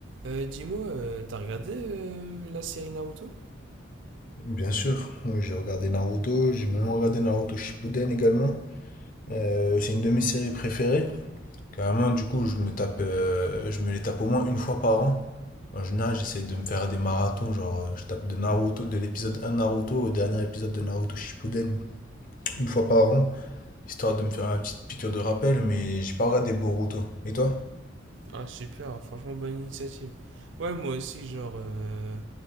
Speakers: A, on the right; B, on the left.
A: Euh, dis-moi, euh, t'as regardé euh, la série Naruto?
B: Bien sûr, oui, j'ai regardé Naruto, j'ai même regardé Naruto Shippuden également. Euh, c'est une de mes séries préférées. Carrément, du coup, je me tape, euh, je me les tape au moins une fois par an. En général, j'essaie de me faire des marathons, genre euh, je tape de Naruto, de l'épisode 1 Naruto au dernier épisode de Naruto Shippuden, une fois par an, histoire de me faire une petite piqûre de rappel, mais j'ai pas regardé Boruto. Et toi?
A: Ah super, franchement bonne initiative. Ouais moi aussi genre euh,